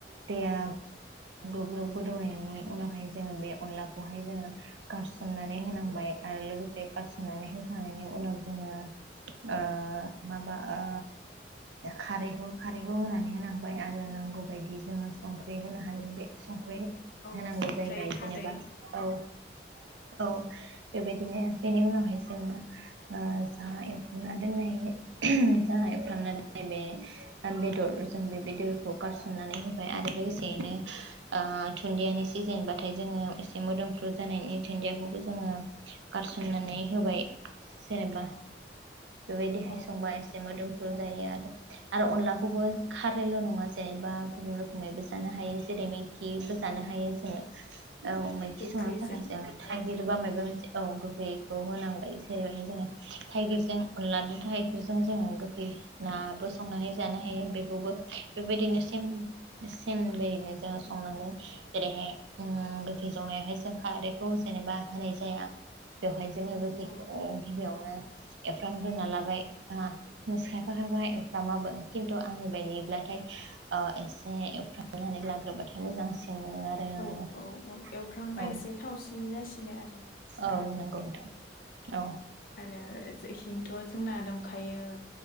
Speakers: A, on the right (about 85°); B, on the left (about 50°).
A: दैयाव ग्लब ग्लब गोदौनायनि उनावहाय जोङो बे अनलाखौहाय जोङो गारसननानै होनांबाय आरो लोगोसे गारसननानै होखांनायनि उनाव जोङो ओ माबा ओ खारैखौ खारैखौ होनानै होनांगौ आरो नांगौ बायदि जोङो संख्रि होनो हायो बे रै
B: औ
A: होनांगौ
B: संख्रै
A: जाहैबाय
B: खारै
A: जेनेबा औ औ बेबायदिनो बेनि उनावहाय जोङो ओ जा एवनना दोननाय जाय खालामनाय बे बेदरजों बे बे दैखौ गारसननानै होबाय आरो लोगोसेयैनो ओ दुन्दियानि सिजेनबाथाय जोङो से मोदोमफ्रु जानायनि दुुनदियाखौबो जोङो गारसननानै होबाय जेनेबा बेबायदिहाय
B: औ
A: संबा
B: औ
A: एसे मोदोमप्रु जायो आरो अनलाखौबो खार ल'नङा जायोबा गुबुन रोखोमैबो जानो हायो जेरै मैखिबो जानो
B: औ
A: हायो जोङो औ मैखि
B: गोखैजों
A: संनो थाखाय जों थाइगिर
B: औ औ
A: बा माइबा मोनसे औ बेखौ होनांगौ जेरै हाय जोङो थाइगिरजों अनला थाइगिरजों जोङो गोखै ना नाबो संनानै जानो हायो बेखौबो बेबायदिनो सेम सेम बायदिनो जोङा संनांगोन जेरैहाय ओम गोखै संनायावहाय जों खारैखौ जेनेबा होनाय जाया बेवहाय जोङो
B: औ
A: गोैखौ
B: औ
A: गिबियावनो एवफ्राम रोना लाबायस खायफा खायफ एफ्रामाबो खिन्थु आंनि बायदि नाथाय ओ एसे एवफ्रामनानै लाग्रोबाथाय मोजांसिन मोनो आरो आङो
B: औ
A: नोंथां
B: औ औ एवफ्रामबा
A: औ
B: एसे थावसिन जासिनो आरो नोंथां
A: औ नंगौ नोंथां औ
B: आरो इखिंथ' जोंना दंखायो